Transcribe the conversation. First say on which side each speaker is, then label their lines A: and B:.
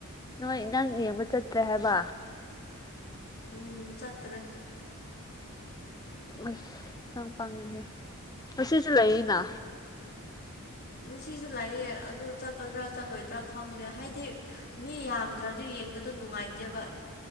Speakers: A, on the left (about 15°); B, on the left (about 45°).
A: ꯅꯣꯏ ꯅꯪ ꯌꯦꯡꯕ ꯆꯠꯇ꯭ꯔꯦ ꯍꯥꯏꯕ
B: ꯎꯝ ꯆꯠꯇ꯭ꯔꯦ
A: ꯑꯁ ꯅꯪ ꯄꯡꯉꯦꯍꯦ ꯉꯁꯤꯁꯨ ꯂꯩꯔꯤꯅ
B: ꯉꯁꯤꯁꯨ ꯂꯩꯌꯦ ꯑꯗꯨ ꯆꯠꯀꯗ꯭ꯔꯥ ꯆꯠꯂꯣꯏꯗ꯭ꯔꯥ ꯈꯪꯗꯦ ꯍꯥꯏꯗꯤ ꯃꯤ ꯌꯥꯝꯗ꯭ꯔꯗꯤ ꯌꯦꯡꯕꯗꯣ ꯅꯨꯡꯉꯥꯏꯇꯦꯕ